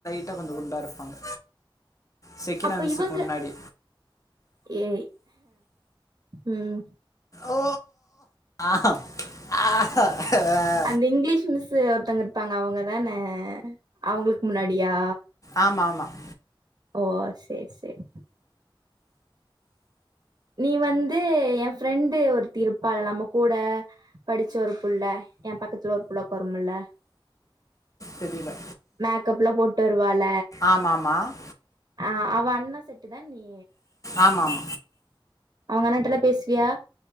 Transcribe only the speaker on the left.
ட்டா கொஞ்சோ குண்டா இருப்பாங்க செக்கினா
மிஸ்ஸுக்கு
முன்னாடி
ஓ ஆ ஆ ஆ
ஆமாம் ஆமாம்
தெரியல
ஆமாம் ஆமாம்
ஆமா ஆமா